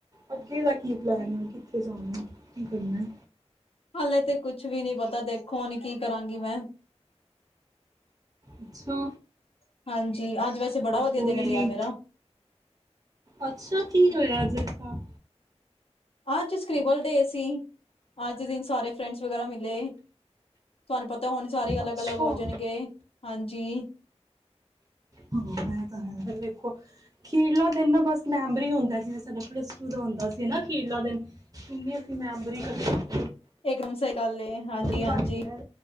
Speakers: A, on the right (about 35°); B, on the left (about 55°).
A: ਅੱਗੇ ਦਾ ਕੀ ਪਲੈਨ ਐ? ਹੋਨ ਕਿੱਥੇ ਜਾਨੈ ਕੀ ਕਰਨੈ?
B: ਹਾਲੇ ਤੇ ਕੁਛ ਵੀ ਨੀ ਪਤਾ ਦੇਖੋ ਕੀ ਕਰਾਂਗੀ ਮੈਂ।
A: ਅੱਛਾ।
B: <inaudible> ਵੈਸੇ
A: ਚਲ
B: ਬੜਾ ਵਧੀਆ
A: ਕੋਈ
B: ਦਿਨ ਰਿਹਾ
A: ਨੀ।
B: ਮੇਰਾ
A: ਅੱਛਾ, ਕੀ ਹੋਇਆ ਅਜ ਏਸਾ।
B: ਅੱਜ ਸਕਰੀਬਲ ਡੇ ਸੀ, ਅੱਜ ਦੇ ਦਿਨ ਸਾਰੇ ਫਰੈਂਡਸ ਵਗੈਰਾ ਮਿਲੇ। ਤੁਹਾਨੂੰ ਪਤਾ ਹੋਨ ਸਾਰੇ ਅਲੱਗ
A: ਅੱਛਾ
B: ਅਲੱਗ ਹੋ ਜਾਨਗੇ। ਹਾਂਜੀ।
A: ਹ ਐ ਤਾਂ ਹੈ ਵੇਖੋ। ਅਖੀਰਲਾ ਦਿਨ ਨਾ ਬਸ ਮੈਮਰੀ ਹੋਂਦਾ, ਜੀਵੇਂ ਸਾਡਾ ਪਲੱਸ ਟੂ ਦਾ ਹੋਂਦਾ ਸੀ ਨਾ। ਅਖੀਰਲਾ ਦਿਨ, ਕਿੰਨੀ ਅਪਨੀ ਮੈਮਰੀ ਕਠੀ
B: ਇਕਦਮ ਸਹੀ ਗਲ ਏ। ਹਾਂਜੀ,
A: ਬਣ
B: ਹਾਂਜੀ।
A: ਕੇ ਰਹਿ